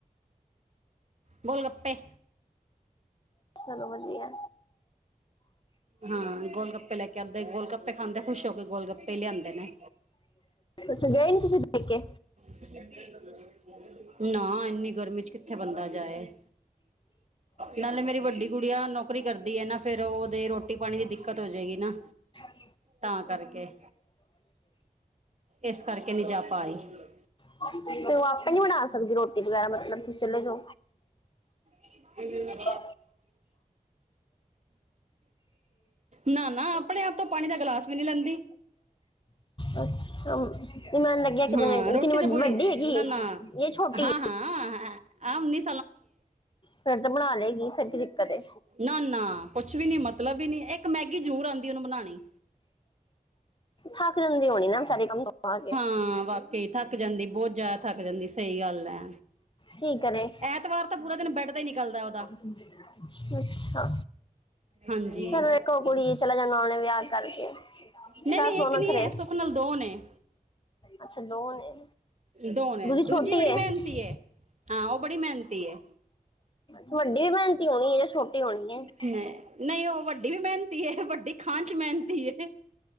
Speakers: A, on the right; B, on the left.
A: ਗੋਲਗੱਪੇ।
B: ਚਲੋ ਵਦੀਐ। <inaudible>
A: ਹਾਂ ਗੋਲ ਗੱਪੇ ਲੈ ਕੇ ਆਉਂਦੇ ਗੋਲ ਗੱਪੇ ਖਾਂਦੇ ਖੁਸ਼ ਹੋ ਕੇ ਗੋਲ ਗੱਪੇ ਲਿਆਂਦੇ ਨੇ
B: ਅੱਛਾ, ਗਏ ਨੀ ਤੂਸੀ ਪੇਕੇ?
A: <inaudible> ਨਾ, ਇੰਨੀ ਗਰਮੀ ਚ ਕਿੱਥੇ ਬੰਦਾ ਜਾਏ। ਨਾਲੇ ਮੇਰੀ ਵੱਡੀ ਗੂੜੀਆ ਨੌਕਰੀ ਕਰਦੀ ਏ ਨਾ, ਫੇਰ ਓ ਓਦੇ ਰੋਟੀ-ਪਾਣੀ ਦੀ ਦਿੱਕਤ ਹੋ ਜੇਗੀ ਨਾ।
B: <inaudible>
A: ਤਾਂ ਕਰਕੇ ਇਸ ਕਰਕੇ ਨਹੀਂ ਜਾ ਪਾ ਰਹੀ
B: ਤੇ ਓ ਆਪੇ ਨੀ ਬਣਾ ਸਕਦੀ ਰੋਟੀ ਵਗੈਰਾ, ਮਤਲਬ ਤੂਸੀ ਚਲੇ ਜੋ।
A: <inaudible>
B: <inaudible> <inaudible> <unintelligible>
A: ਨਾ ਨਾ ਆਪਣੇ ਆਪ ਤੋਂ ਪਾਣੀ ਦਾ ਗਲਾਸ ਵੀ ਨਹੀਂ ਲੈਂਦੀ
B: ਅੱਛ ਮੈਨ ਲੱਗੇਆ ਕਿੰਨੀ
A: ਹਾਂ
B: ਵ,
A: ਰੋਟੀ
B: ਕਿੰਨੀ ਵ
A: ਤਾਂ ਬੜੀ
B: ਵੱਡੀ ਹੈਗੀ
A: ਨਾ
B: ਏ
A: ਨਾ
B: ਯਾ ਛੋਟੀ
A: ਹਾਂ
B: ਏ?
A: ਹਾਂ ਆ ਉੱਨੀ
B: ਫੇਰ ਤੇ ਬਣਾ ਲੇਗੀ ਫਿਰ ਕੀ ਦਿੱਕਤ ਹੈ
A: ਨਾ-ਨਾ ਕੁੱਛ ਵੀ ਨੀ ਮਤਲਬ ਈ ਨੀ, ਏੱਕ ਮੈਗੀ ਜਰੂਰ ਆਂਦੀ ਏ ਓਨੂੰ ਬਣਾਨੀ।
B: ਥੱਕ ਜਾਂਦੀ ਹੋਣੀ ਨਾ ਵਿਚਾਰੀ ਕੰਮ ਤੋਂ ਆ ਕੇ
A: ਹਾਂ, ਵਾਕੇਈ। ਥਾੱਕ ਜਾਂਦੀ ਬੋਤ ਜਾਦਾ ਥਾੱਕ ਜਾਂਦੀ, ਸਈ ਗਾੱਲ ਐ,
B: ਠੀਕ ਕਰੇ
A: ਐਤਵਾਰ ਤਾਂ ਪੂਰਾ ਦਿਨ ਬੈਠ ਤੇ ਈ ਨੀ ਨਿਕਲਦੈ ਓਦਾ।
B: ਅੱਛਾ,
A: ਹਾਂਜੀ
B: ਚਲੋ ਇੱਕੋ ਓ ਕੁੜੀ ਏ, ਚਲਾ ਜਾਂਨੇ ਓਨੇ ਵੇਆ ਕੇ। ਕਾਰਕੇ,
A: ਨਹੀਂ
B: ਚਾਰ
A: ਨਹੀਂ
B: ਸੌ
A: ਇੱਕ ਨੀ
B: ਨਥਰੇ,
A: ਹੈ ਸੁੱਖ ਨਾਲ ਦੋ ਨੇ
B: ਅੱਛਾ ਦੋ ਨੇ।
A: ਦੋ ਨੇ,
B: ਛੋਟੀ
A: ਦੂਜੀ ਬੜੀ
B: ਹੈ
A: ਮ੍ਹੈਨਤੀ
B: ਅੱਛਾ,
A: ਏ, ਹਾਂ ਓ ਬੜੀ ਮ੍ਹੈਨਤੀ ਏ।
B: ਥੁਆਡੀ ਮ੍ਹੈਨਤੀ ਹੋਣੀ ਏ, ਛੋਟੀ ਹੋਣੀ ਏ।
A: ਨਈ, ਨਈ ਓ ਵੱਡੀ ਵੀ ਮ੍ਹੈਨਤੀ ਏ, ਵੱਡੀ ਖਾਂਨ ਚ ਮ੍ਹੈਨਤੀ ਏ।